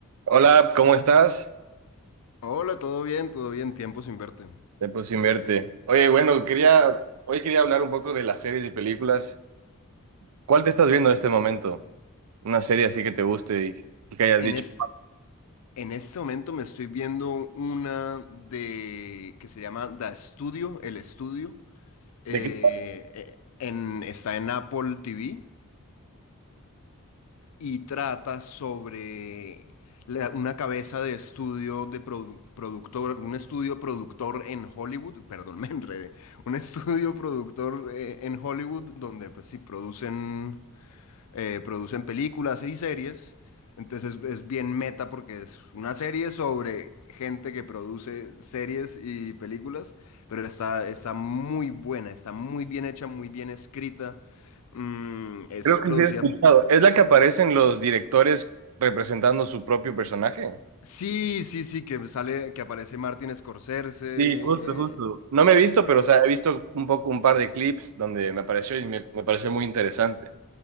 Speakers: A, on the right; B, on the left.
A: Hola, ¿cómo estás?
B: Hola, todo bien, todo bien, tiempo sin verte.
A: Tiempo sin verte. Oye, bueno, quería, hoy quería hablar un poco de las series y películas. ¿Cuál te estás viendo en este momento? Una serie así que te guste y, y que hayas
B: En,
A: dicho.
B: es, en este momento me estoy viendo una de que se llama The Studio, El Estudio. eh,
A: ¿De qué?
B: eh, en, está en Apple TV y trata sobre la- una cabeza de estudio de produ- productor, un estudio productor en Hollywood, perdón, <laughs> me enredé, un estudio productor eh, en Hollywood donde pues sí producen eh, producen películas y series. Entonces es, es bien meta porque es una serie sobre gente que produce series y películas, pero está, está muy buena, está muy bien hecha, muy bien escrita. Mm, es
A: Creo
B: producida...
A: que sí he escuchado. ¿Es la que aparecen los directores representando su propio personaje?
B: Sí, sí, sí, que sale, que aparece Martin Scorsese.
A: Sí, justo, justo.
B: eh,
A: No me he visto, pero
B: y
A: o sea, he visto un poco un par de clips donde me apareció y me, me pareció muy interesante.